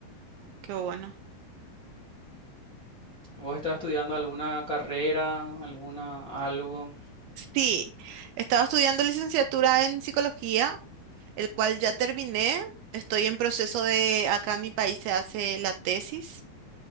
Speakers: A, on the right; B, on the left.
A: qué bueno.
B: ¿Vos estás estudiando alguna carrera, alguna algo?
A: Sí, estaba estudiando licenciatura en psicología, el cual ya terminé. Estoy en proceso de, acá en mi país se hace la tesis,